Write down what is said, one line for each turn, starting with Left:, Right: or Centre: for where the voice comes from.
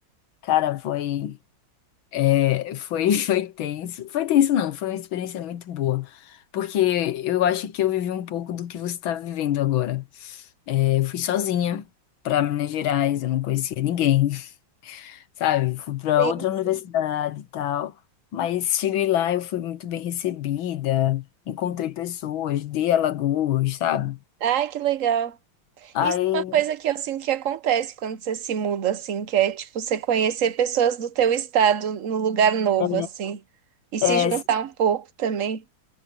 Left: Cara, foi, é, foi, <laughs> foi tenso. Foi tenso, não, foi uma experiência muito boa. Porque eu acho que eu vivi um pouco do que você está vivendo agora. É, fui sozinha para Minas Gerais, eu não conhecia ninguém, <laughs> sabe? Fui para
Right: Sim,
Left: outra
Right: sim.
Left: universidade e tal. Mas cheguei lá, eu fui muito bem recebida, encontrei pessoas de Alagoas, sabe?
Right: Ai, que legal.
Left: Aí
Right: Isso é uma coisa que eu sinto que acontece quando você se muda, assim, que é tipo você conhecer pessoas do teu estado no lugar novo,
Left: é
Right: assim, e se
Left: É,
Right: juntar um pouco também.